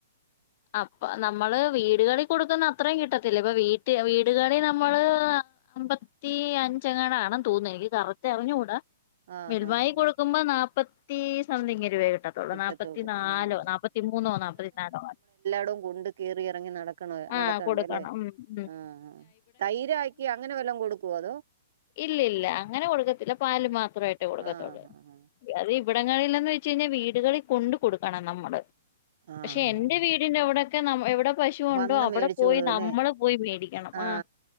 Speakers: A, on the left; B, on the right.
A: അപ്പ നമ്മള് വീടുകളി കൊടുക്കുന്ന അത്രയും കിട്ടത്തില്ല ഇപ്പ വീ വീടുകളി നമ്മള് അമ്പത്തി അഞ്ചെങ്ങാടാണ തോന്നുന്നു എനിക്ക് കറക്റ്റ് അറിനുണ്ട
B: ആഹ്
A: മിൽവായി
B: ആഹ് ആഹ്
A: കൊടുക്കുമ്പോ നാല്പ്പത്തി സംതിങ് രൂപ കി ട്ടത്തൊള്ളു
B: കിട്ടത്തുള്ളൂ
A: നാല്പ്പത്തി നാലോ
B: ആഹ്
A: നാപ്പത്തി മൂന്നോ നാല്പ്പത്തി നാലോ
B: ടോം കൊണ്ട് കയറിയിറങ്ങി നടക്
A: ആഹ്
B: നടക്കണണ്ട
A: കൊടുക്കണം
B: അല്ലേ
A: ഉം ഉം
B: ആഹ് തൈരാ ആക്കി അങ്ങനെ വല്ലം കൊടുക്കുവോ അതോ
A: ഇല്ല ഇല്ല അങ്ങനെ കൊടുക്കത്തില്ല പാല് മാത്രമായിട്ട് കൊടുക്കത്തുള്ളൂ
B: ആ ആ
A: അത് ഇവിടങ്ങളിൽന്ന് വെ ക്കിന്ന് വീടുകളിൽ കൊണ്ടു കൊടുക്കണം നമ്മള്
B: ആ
A: പക്ഷെ എന്റെ
B: ആ
A: വീടിന്റെ അവിടെക്കെ ന എവിടെ പശുവുണ്ടോ
B: വന്ന്
A: അവിടെ
B: മേടിച്ചോളൂ
A: പോയി നമ്മള്
B: അല്ലേ
A: പോയി വേടിക്കണം
B: ആ
A: ആഹ്